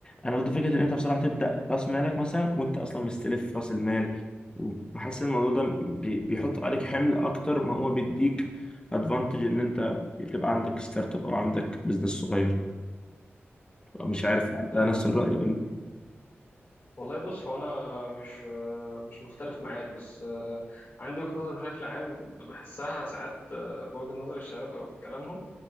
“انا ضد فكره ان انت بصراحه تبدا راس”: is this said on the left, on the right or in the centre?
Left